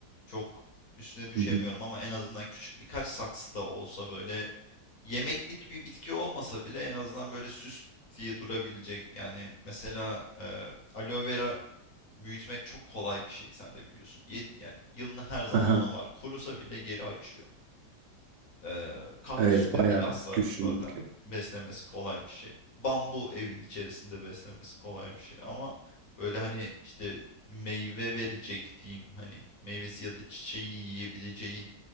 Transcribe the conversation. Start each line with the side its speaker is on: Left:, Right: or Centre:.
Left: çok üstüne düşemiyorum
Right: hı,
Left: ama en azından küçük birkaç saksı da olsa böyle yemeklik bir bitki olmasa bile en azından böyle süs diye durabilecek. Yani mesela e, aloe vera büyütmek çok kolay bir şey sen de biliyorsun. Ye- yani yılın her zamanı
Right: hı hı.
Left: var. Kurusa bile geri açıyor. Ee, kaktüs
Right: Evet
Left: de
Right: bayağı
Left: bilhassa
Right: güçlü.
Left: zaten beslemesi kolay bir şey. Bambu evin içerisinde beslemesi kolay bir şey. Ama böyle hani işte meyve verecek diyeyim hani meyvesi ya da çiçeğini yiyebileceğin